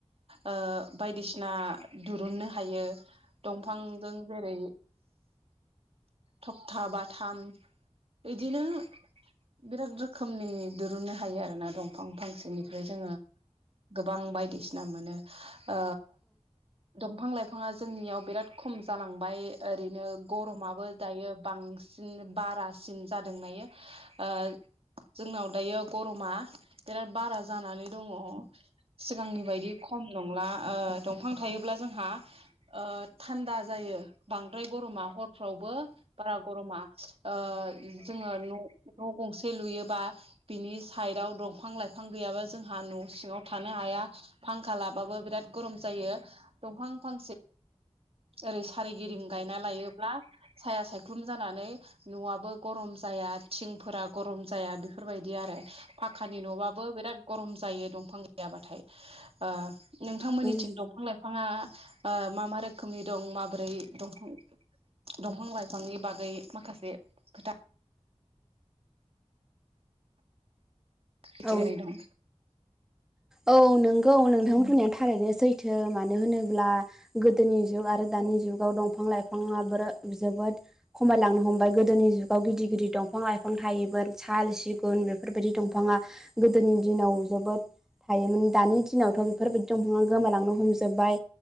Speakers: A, on the right (about 55°); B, in the centre.
A: ओ बायदिसिना दिरुननो हायो दंफांजों जेरै थखथा बाथाम ओइदिनो बिराद रोखोमनि दिरुननो हायो आरोना दं फां फांसेनिफ्राय जोङो गोबां बायदिसिना मोनो ओ दंफां लाइफाङा जोंनियाव बिराद खम जालांबाय ओ रैनो गरमाबो दायोब बांसिन बारासिन जादों दायो ओ जोंनाव दायो गरमा बिराद बारा जानानै दङ सिगांनि बायदि खम नंला ओ दंफां थायोब्ला जोंहा ओ थान्दा ज जायो बांद्राय गरमा हरफ्रावबो बारा गरमा ओ जोङो न नख गंसे लुयोबा बिनि साइदआव दंफां लाइफां गैयाबा जोंहा न' सिङाव थानो हाया फांखा लाबाबो बिराद गरम जायो दंफां फां ओरै सारिगिदिं गायना लायोब्ला साया सायख्लुम जानानै न'आबो गरम जाया थिंफोरा गरम जाया बेफोरबायदि आरो फाखानि न'बाबो बिराद गरम जायो दंफां गैयाबाथाय ओ नोंथांमोननिथिं
B: औ
A: दंफां लाइफाङा ओ मा मा रोखोमनि दं माबोरै दंफां दंफां लाइफांनि बागै माखासे खोथा बिथिं
B: औ
A: ओरै दं
B: औ नोंग‌ौ नोंथां
A: उम
B: बुंनाया थारायैनो सैथो मानो होनो ब्ला गोदोनि जुग आरो दानि जुाव दंफां लाइफाङा ब्रो जोबोद खमायलां नो हमबाय गोदोनि जुगाव गिदिर गिदिर दंफां लाइफां थायोमोन साल सिगुन बेफोरबायदि दंफाङा गोदोनि दिनाव जोबोद थायोमोन दानि दिनावथ' बेफोरबायदि दंफाङा गोमालांनो हमजोबबाय